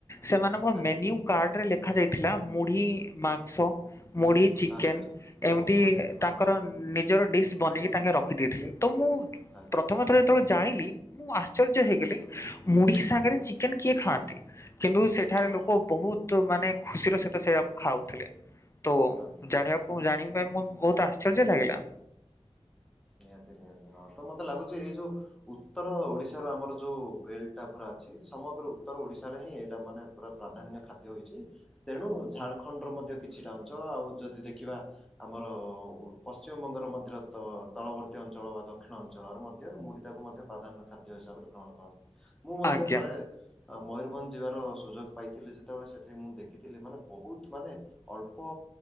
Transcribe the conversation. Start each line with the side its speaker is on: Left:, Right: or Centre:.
Left: ସେମାନଙ୍କ
Centre: ଆଜ୍ଞା
Left: ମେନ୍ୟୁ
Centre: ଆଜ୍ଞା
Left: କାର୍ଡରେ ଲେଖା ଯାଇଥିଲା ମୁଢି ମାଂସ ମୁଢି ଚିକେନ୍
Centre: ଆରେ ଆରେ
Left: ଏମିତି
Centre: ବହୁତ ବଢିଆ ହଁ
Left: ତାଙ୍କର
Centre: ହଁ ହଁ
Left: ନି ନିଜର ଡିସ୍ ବନେଇକି ତାଙ୍କେ ରଖିଦେଇଥିଲେ ତ ମୁଁ
Centre: ଆଜ୍ଞା
Left: ପ୍ରଥମେ
Centre: ଆଜ୍ଞା
Left: ଥର ଯେତେବେଳେ
Centre: ହୁଁ ହୁଁ
Left: ଜାଣିଲି ମୁଁ ଆଶ୍ଚ୍ ଆଶ୍ଚର୍ଯ୍ୟ ହେଇଗଲି
Centre: ହୁଁ ହୁଁ
Left: ମୁଢି ସାଙ୍ଗେରେ
Centre: ହୁଁ ହୁଁ
Left: ଚିକେନ୍ କିଏ ଖାଆନ୍ତି କିନ୍ତୁ ସେଠାରେ
Centre: ହଁ
Left: ଲୋକ
Centre: ହଁ ହଁ
Left: ବହୁତ୍ ତୁ ମାନେ ଖୁସିର ସହିତ ସେଇଆକୁ ଖାଉଥିଲେ ତୋ
Centre: ଖାଆନ୍ତି ହଁ
Left: ଜାଣିବାକୁ
Centre: ହଁ ହଁ।
Left: ମୁଁ ଜାଣି ପାଇଁ ବୋହୁତ ଆଶ୍ଚର୍ଯ୍ୟ ଲାଗିଲା।
Centre: ନିହାତି ନିହାତି ହଁ ତ ମତେ ଲାଗୁଚି ଏଇ ଯଉ ଉତ୍ତର ଓଡ଼ିଶାର ଆମର ଯୋଉ ବେଲଟା ପୁରା ଛି ସମଗ୍ର ଉତ୍ତର ଓଡ଼ିଶାରେ ହିଁ ଏଇଟା ମାନେ ପୁରା ପ୍ରାଧାନ୍ୟ ଖାଦ୍ୟ ହୋଇଛି ତେଣୁ ଝାଡ଼ଖ ଖଣ୍ଡର ମଧ୍ୟ କିଛିଟା ଅଞ୍ଚଳ ଆଉ ଯଦି ଦେଖିବା ଆମର ପଶ୍ଚିମବଙ୍ଗର ମଧ୍ୟର ତ ତଳବର୍ତ୍ତୀ ଅଞ୍ଚଳ ବା ଦକ୍ଷିଣ ଅଞ୍ଚଳରେ ମଧ୍ୟ ମୁଢ଼ିଟାକୁ ମଧ୍ୟ ପ୍ରାଧାନ୍ୟ ଖାଦ୍ୟ ହିସାବରେ ଗ୍ରହଣ କରନ୍ତି। ମୁଁ ମଧ୍ୟ
Left: ଆଜ୍ଞା
Centre: ଥରେ ଅ ମୟୂରଭଞ୍ଜ ଯିବାର ସୁଯୋଗ ପାଇଥିଲି ସେତେବେଳେ ସେଥି ମୁଁ ଦେଖିଥିଲି ମାନେ ବହୁତୁ ମାନେ ଅଳ୍ପ